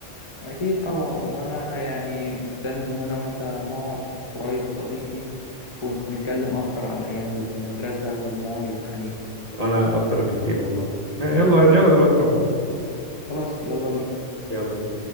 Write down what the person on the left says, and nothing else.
أكيد طبعا وأنا يعني مستني إن أنا وأنت نقعد قريب يا صديقي ونتكلم أكتر عن أيام المدرسة والماضي والحنين
خلاص يلا بينا